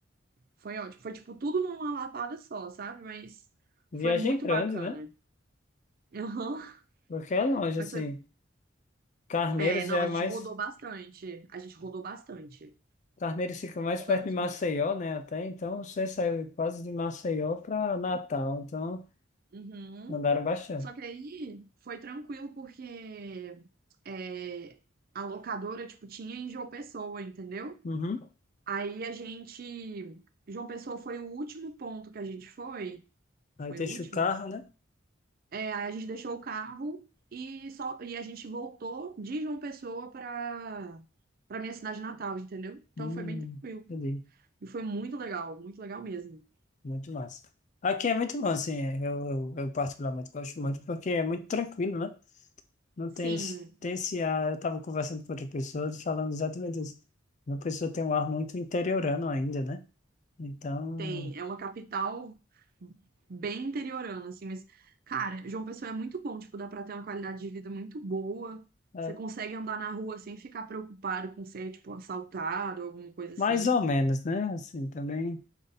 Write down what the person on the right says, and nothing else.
Foi ótimo. Foi, tipo, tudo numa lapada só, sabe? Mas
foi muito
bacana.
<laughs> Aham.
Mas
foi.
É, não,
a
gente rodou bastante. A gente rodou bastante.
Rodamos
muito.
Uhum.
Só que aí foi tranquilo, porque é, a locadora, tipo, tinha em João Pessoa, entendeu?
Aí a gente. João Pessoa foi o último ponto que a gente foi.
Foi
o último?
É, aí a gente deixou o carro e só e a gente voltou de João Pessoa para para minha cidade natal, entendeu? Então
foi bem tranquilo
e foi muito legal, muito legal mesmo.
Sim,
tem, é uma capital bem interiorana assim, mas cara, João Pessoa é muito bom, tipo, dá para ter uma qualidade de vida muito boa.
Você consegue andar na rua sem ficar preocupado com ser tipo assaltado ou alguma coisa assim,